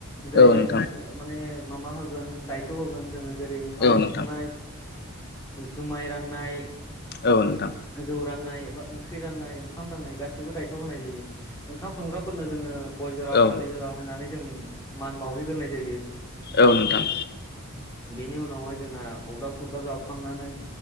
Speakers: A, on the left (about 15°); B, on the left (about 45°).
A: जाय
B: औ
A: जायनो
B: नोंथां
A: माने माबा होगोन दायथ' होगोन। जोङो जेरै ओंखाम
B: औ नोंथां
A: संनाय जुमाय राननाय
B: औ नोंथां
A: जौ राननाय ओंख्रि राननाय ओंखाम राननाय गासिबो दायथ होनाय जायो। ओंखाम संग्राफोरनो जोङो गय जरा
B: औ
A: फाथै जरा होनानै जों मान बावहैग्रोनाय जायो।
B: औ नोंथां।
A: बिनि उनावहाय जोंना अरदाब सबदाब जावखांनानै